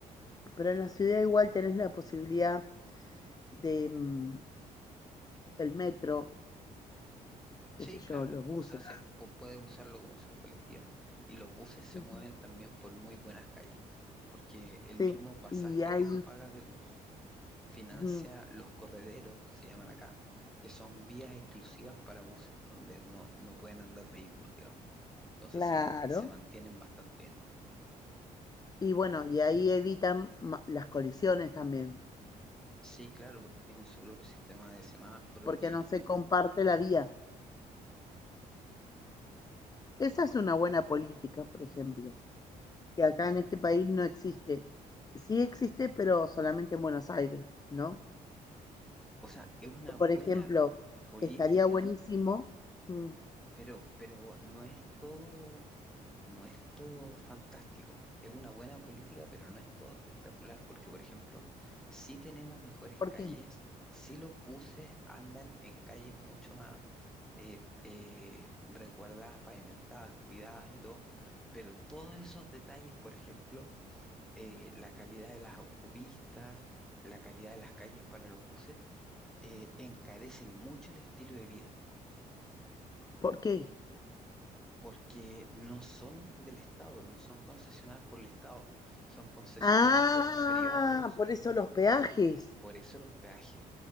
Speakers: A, on the left; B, in the centre.
A: Pero en la ciudad igual tenés la posibilidad de mm, el metro, qué
B: Sí,
A: sé yo,
B: claro,
A: los buses.
B: o sea, sí, pu- puedes usar locomoción colectiva y los buses se
A: Ujú.
B: mueven también por muy buenas calles, porque el
A: Sí,
B: mismo pasaje
A: y ahí,
B: que tú pagas de bus financia
A: ujú,
B: los correderos, se llaman acá, que son vías exclusivas para buses, donde no, no pueden andar vehículos, digamos. Entonces
A: claro.
B: se, man- se mantienen bastante bien.
A: Y bueno, y ahí evitan ma- las colisiones también,
B: Sí, claro, porque tienen su propio sistema de semáforos
A: porque
B: y,
A: no se comparte la vía. Esa es una buena política, por ejemplo, que acá en este país no existe. Sí existe, pero solamente en Buenos Aires, ¿no?
B: o sea, es una buena
A: Por ejemplo,
B: política
A: estaría buenísimo. mm,
B: Pero, pero no es todo, no es todo fantástico. Es una buena política, pero no es todo espectacular, porque, por ejemplo, sí tenemos mejores
A: ¿Por
B: calles,
A: qué?
B: sí los buses andan en calles mucho más eh, eh, resguardadas, pavimentadas, cuidadas y todo, pero todos esos detalles, por ejemplo, eh, la calidad de las autopistas, la calidad de las calles para los buses, eh, encarecen mucho el estilo de vida.
A: ¿Por qué?
B: porque no son del Estado, no son concesionadas por el Estado, son concesionadas
A: Ah,
B: por privados,
A: por eso los peajes.
B: por eso los peajes.